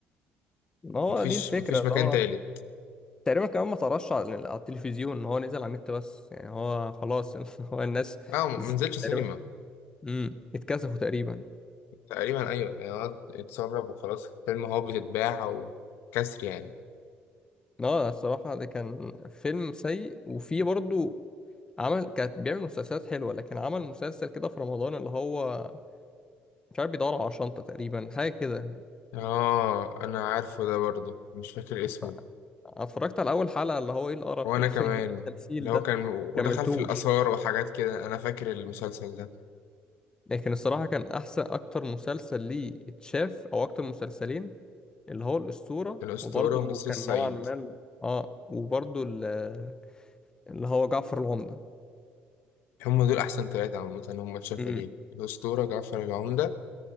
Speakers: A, on the left; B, on the left.
A: ما هو
B: مفيش
A: دي الفكرة
B: مفيش
A: اللي
B: مكان
A: هو
B: تالت
A: تقريبا كمان ما طرش على على التلفزيون هو نزل على النت بس يعني هو خلاص <laughs> هو الناس
B: اه ما
A: ز-
B: نزلتش سينما
A: تقريبا امم اتكسفوا تقريبا
B: تقريبا ايوه يعني قعد اتسرب وخلاص فيلم هو بتتباع وكسر يعني
A: اه الصراحة ده كان فيلم سيء وفيه برضه عمل كانت بيعمل مسلسلات حلوة لكن عمل مسلسل كده في رمضان اللي هو مش عارف بيدور على شنطة تقريبا حاجة كده
B: اه انا عارفه ده برضو مش فاكر اسمه
A: ف- اتفرجت على أول حلقة اللي هو ايه القرف
B: وانا كمان
A: <laughs> ايه التمثيل
B: اللي هو
A: ده
B: كان ودخل
A: مكملتوش
B: في الاثار وحاجات كده انا فاكر المسلسل ده
A: لكن الصراحة كان أحسن أكتر مسلسل ليه اتشاف أو أكتر مسلسلين اللي هو الأسطورة
B: الاسطوره
A: وبرضه
B: ونسر
A: كان
B: الصعيد
A: نوعا ما اه وبرضه ال- اللي هو جعفر العمدة
B: هم دول احسن ثلاثه عامه هم اتشافوا
A: امم
B: ليه الاسطوره جعفر العمده